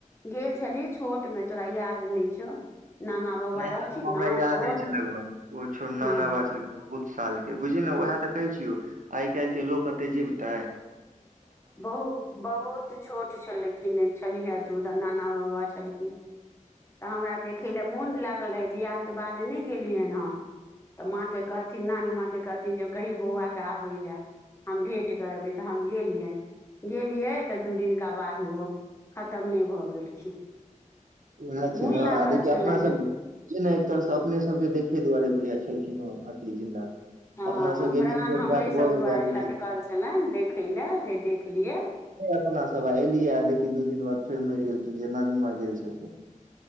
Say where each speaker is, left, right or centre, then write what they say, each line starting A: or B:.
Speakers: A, on the left (about 20°); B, on the right (about 75°).
A: गेल छलही छोटमे तोरा याद नहि छौ नाना बाबा
B: नहि
A: रहथिन
B: तऽ ओ हमरा
A: ने
B: याद
A: छोट
B: अछौ लगभग ओ छौ
A: हँ
B: नाना बा छल बहुत साल के बुझल न उहे तऽ <unintelligible> आइ काल्हि लोक कते जीबतै
A: बहु बहुत छोट छलथिन छलिहे तु तऽ उ नाना बौआ छलखिन त हमरा देखै ला मोन लागल रहि बियाह के बाद नहि गेलियन हम तऽ माँके कहथिन नानी माँके कहथिन जे कही बौआके आबै लए हम भेट करबै तऽ हम गेलियन गेलियै तऽ दू दिनका बाद ओ खतमे भऽ गेलखिन
B: उएह छै
A: मोन
B: ने
A: लागल
B: आ देखिय
A: छलनि
B: अपना सबके ने एक तरहसे अपने सबके देखे दुआरे बुझा छै छलखिन ओ अति जिन्दा
A: हाँ
B: अपना सब
A: प्राण
B: गेलियै भेट
A: हमरेसब
B: घाट भऽ
A: दुआरे
B: गेलै आ देखियौ
A: लटकल छलनि देखय लए जे देख लियै
B: अपना सब आ एलियै आ देखी दू दिन बाद फेर मरि गेलखिन जे नानी माँ गेल छलखिन